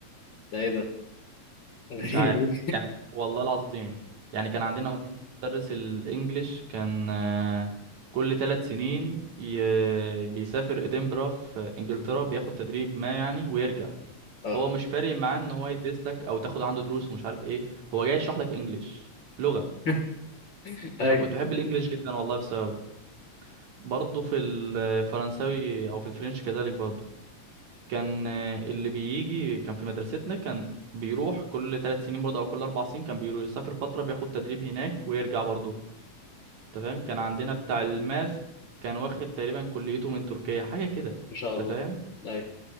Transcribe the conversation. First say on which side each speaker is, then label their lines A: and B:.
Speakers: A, on the left; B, on the right.
A: ده ايه ده <laughs> غريبه
B: مش عارف
A: دي
B: يعني والله العظيم يعني كان عندنا مدرس الانجليش كان آه، كل ثلاث سنين ي- بيسافر ادنبرا في انجلترا بياخد تدريب ما يعني ويرجع
A: اه
B: هو مش فارق معاه ان هو يدرس لك او تاخد عنده دروس ومش عارف ايه هو جاي يشرح لك انجليش لغة
A: <laughs> ايوه
B: فكنت بحب الانجليش جدا والله بسببه برضه في الفرنساوي او في الفرنش كذلك برضه كان آه، اللي بيجي كان في مدرستنا كان بيروح كل ثلاث سنين برضه او كل اربع سنين كان بيروح يسافر فتره بياخد تدريب هناك ويرجع برضه انت فاهم كان عندنا بتاع الماث كان واخد تقريبا كليته من تركيا حاجه كده
A: ان شاء الله
B: انت فاهم
A: ايوه